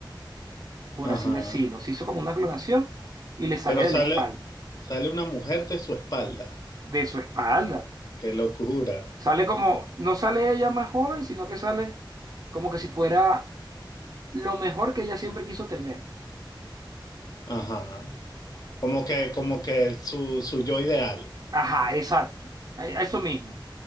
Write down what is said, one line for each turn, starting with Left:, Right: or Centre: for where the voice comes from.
Right: por así
Left: Ajá.
Right: decirlo. Se hizo como una clonación y le sale
Left: Pero
Right: de
Left: sale,
Right: la espalda.
Left: sale una mujer de su espalda.
Right: de su espalda.
Left: Qué locura.
Right: Sale como, no sale ella más joven, sino que sale como que si fuera lo mejor que ella siempre quiso tener.
Left: Ajá. Como que, como que su, su yo ideal.
Right: Ajá, exacto. E- Eso mismo.